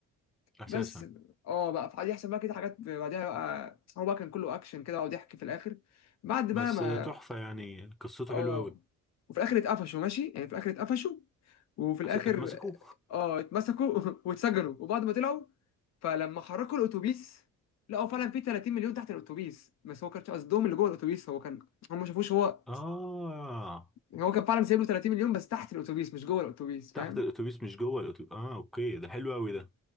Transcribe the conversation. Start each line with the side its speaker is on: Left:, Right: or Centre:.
Centre: اساسا
Left: بس اه بقى فعادي يحصل بقى كده حاجات بعديها بقى هو بقى كان كله اكشن كده وضحك في الاخر بعد
Centre: بس
Left: بقى ما
Centre: تحفة يعني قصته
Left: اه
Centre: حلوة قوي
Left: وفي الاخر اتقفشوا ماشي يعني في الاخر اتقفشوا وفي الاخر
Centre: اتمسكوا
Left: اه اتمسكوا <laughs> واتسجنوا وبعد ما طلعوا فلما حركوا الاتوبيس لقوا فعلا في 30 مليون تحت الاتوبيس بس هو كانش قصدهم اللي جوه الاتوبيس هو كان هم ما شافوش هو
Centre: اه
Left: يعني هو كان فعلا سايب له 30 مليون بس تحت الاتوبيس مش جوه الاتوبيس فاهم
Centre: تحت الاتوبيس مش جوه الاتوبيس اه اوكي ده حلو قوي ده